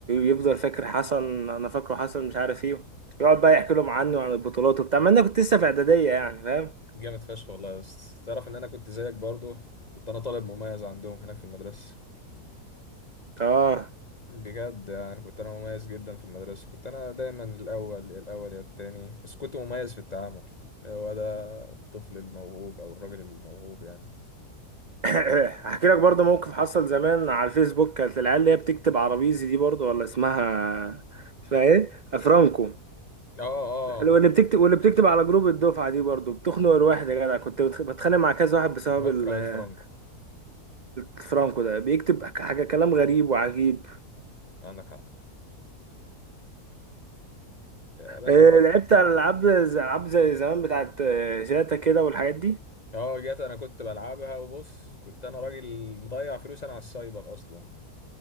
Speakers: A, on the right (about 60°); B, on the left (about 40°).
A: يفضل فاكر حسن انا فاكره حسن مش عارف ايه يقعد بقى يحكي لهم عني وعن البطولات وبتاع ما انا كنت لسه في اعدادية يعني فاهم
B: جامد فشخ والله يا اسطى تعرف ان انا كنت زيك برضو كنت انا طالب مميز عندهم هناك في المدرسه
A: اه
B: بجد يعني كنت انا مميز جدا في المدرسه كنت انا دايما الاول الاول يا التاني بس كنت مميز في التعامل هو ده الطفل الموهوب او الراجل الموهوب يعني
A: <clears throat> هحكي لك برضه موقف حصل زمان على الفيسبوك كانت العيال اللي هي بتكتب عربيزي دي برضه ولا اسمها اسمها ايه؟ افرانكو
B: اه اه
A: واللي بتكتب واللي بتكتب على جروب الدفعه دي برضه بتخنق الواحد يا جدع كنت بتخ- بتخانق مع كذا واحد بسبب
B: بكره
A: ال-
B: الفرانكو
A: الفرانكو ده بيكتب حاجه كلام غريب وعجيب
B: عندك حق يا باشا
A: آه، لعبت على العاب زي العاب زي زمان بتاعت آه، شاتا كده والحاجات دي
B: اه جت انا كنت بلعبها وبص كنت انا راجل مضيع فلوس انا على السايبر اصلا